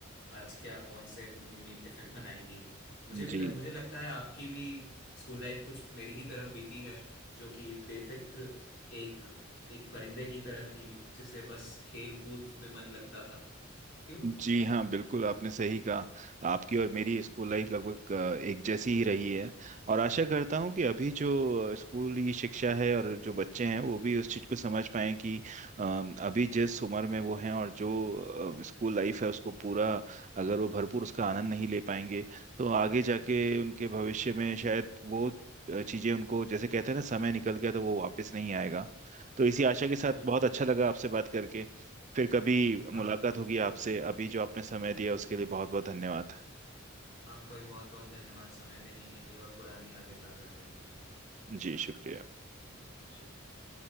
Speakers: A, on the left; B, on the right.
A: आज क्या कौन से मम्मी टिफिन बनाएंगी मुझे भी
B: जी
A: ल, मुझे लगता है आपकी भी स्कूल लाइफ कुछ मेरी ही तरह बीती है जो कि बेफिक्र एक एक परिंदे की तरह थी जिसे बस खेल कूद में मन लगता था क्यों
B: जी हाँ बिल्कुल आपने सही कहा आपकी और मेरी स्कूल लाइफ लगभग अ, एक जैसी ही रही है और आशा करता हूँ कि अभी जो स्कूली शिक्षा है और जो बच्चे हैं वो भी उस चीज़ को समझ पाएं कि अ, अभी जिस उम्र में वो हैं और जो स्कूल लाइफ है उसको पूरा अगर वो भरपूर उसका आनंद नहीं ले पाएंगे तो आगे जाके उनके भविष्य में शायद वो चीज़ें उनको जैसे कहते हैं ना समय निकल गया तो वो वापस नहीं आएगा तो इसी आशा के साथ
A: बिल्कुल
B: बहुत अच्छा लगा आपसे बात करके फिर कभी
A: हाँ
B: मुलाकात होगी आपसे अभी जो आपने समय दिया उसके लिए बहुत बहुत धन्यवाद
A: आपका भी बहुत बहुत धन्यवाद समय देने के लिए और पुरानी यादें ताज़ा करने के लिए
B: जी शुक्रिया
A: शुक्रिया